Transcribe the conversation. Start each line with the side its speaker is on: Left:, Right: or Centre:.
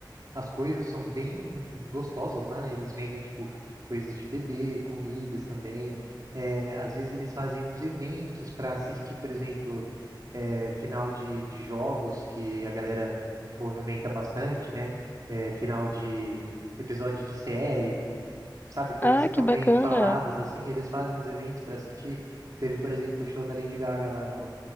Right: As coisas são bem gostosas lá, né? Eles vendem, tipo, coisas de bebê, comidas também. É, às vezes eles fazem uns eventos para assistir, por exemplo, é, final de, de jogos que a galera movimenta bastante, né? É, final de episódio de série, sabe? Coisas
Left: Ah,
Right: que estão
Left: que bacana!
Right: bem faladas, assim. Eles fazem os eventos para assistir. Teve, por exemplo, o show da Lady Gaga lá no